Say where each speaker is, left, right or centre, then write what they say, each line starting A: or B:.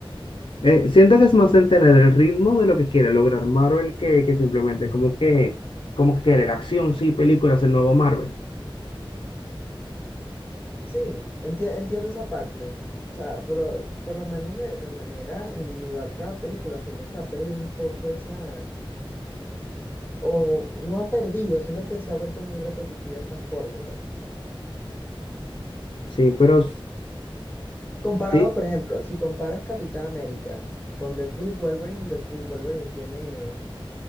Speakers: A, on the left; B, on the left.
A: eh, siento que es más en tener el ritmo de lo que quiere lograr Marvel que, que simplemente como que, como que querer acción, sí, películas, el nuevo Marvel.
B: Sí, enti- entiendo esa parte. O sea, pero por lo menos de, de manera individual cada película siento que ha perdido un poco esa, o no ha perdido, siento que se ha vuelto muy repetitiva esa fórmula.
A: Sí, pero s-
B: Comparado,
A: sí,
B: por ejemplo, si comparas Capitán América con Deadpool y Wolverine, Deadpool y Wolverine tiene,